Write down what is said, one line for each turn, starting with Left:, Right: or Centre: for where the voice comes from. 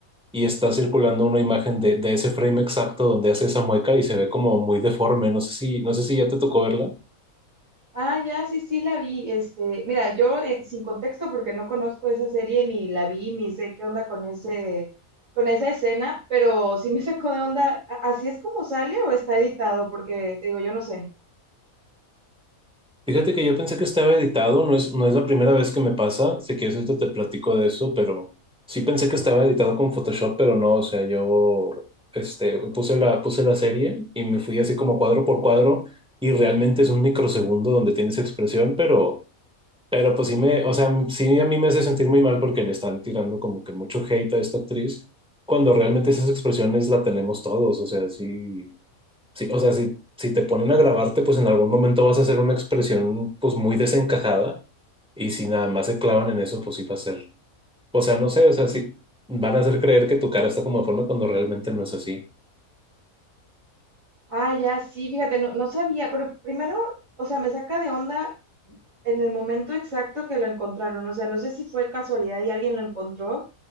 Centre: y está circulando una imagen de, de ese frame exacto donde hace esa mueca y se ve como muy deforme. No sé si, no sé si ya te tocó verla.
Right: Ah, ya, sí, sí la vi. Este, mira, yo eh, sin contexto porque no conozco esa serie ni la vi ni sé qué onda con ese con esa escena, pero sí me sacó de onda. ¿A- ¿Así es como sale o está editado? Porque te digo, yo no sé.
Centre: Fíjate que yo pensé que estaba editado, no es, no es la primera vez que me pasa, sé que ahorita te platico de eso, pero sí pensé que estaba editado con Photoshop, pero no, o sea, yo este, puse la, puse la serie y me fui así como cuadro por cuadro y realmente es un microsegundo donde tienes expresión, pero Pero pues sí me, o sea, sí a mí me hace sentir muy mal porque le están tirando como que mucho hate a esta actriz, cuando realmente esas expresiones la tenemos todos, o sea, sí, sí, o sea, si, si te ponen a grabarte, pues en algún momento vas a hacer una expresión pues muy desencajada y si nada más se clavan en eso, pues sí va a ser, o sea, no sé, o sea, sí van a hacer creer que tu cara está como de forma cuando realmente no es así.
Right: Ah, ya, sí, fíjate, no, no sabía, pero primero, o sea, me saca de onda en el momento exacto que lo encontraron. O sea, no sé si fue casualidad y alguien lo encontró